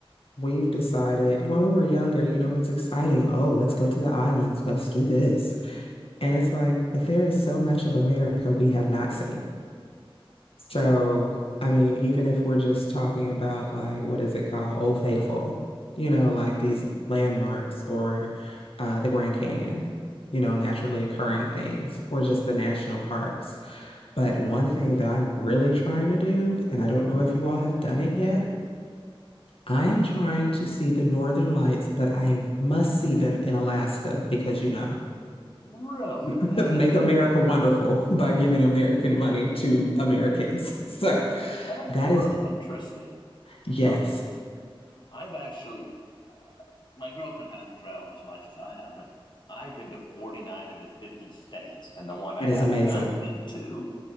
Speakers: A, on the left; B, on the left.
A: we've decided when we were younger, you know, it's exciting. Oh, let's go to the islands, let's do this. And it's like, but there is so much of America we have not seen. So, I mean, even if we're just talking about like what is it called? Old Faithful, you know, like these landmarks or uh, the Grand Canyon, you know, naturally occurring things or just the national parks. But one thing that I'm really trying to do, and I don't know if you all have done it yet, I am trying to see the Northern Lights, but I must see them in Alaska because, you know,
B: really,
A: <laughs>
B: that
A: make
B: is
A: America wonderful by giving American money to Americans. <laughs> So
B: that is
A: that
B: really
A: is.
B: interesting.
A: Yes,
B: Huh. I've actually, uh, my girlfriend hasn't traveled as much as I have, but I've been to 49 of the 50 states, and the one I
A: That
B: have
A: is amazing.
B: not been to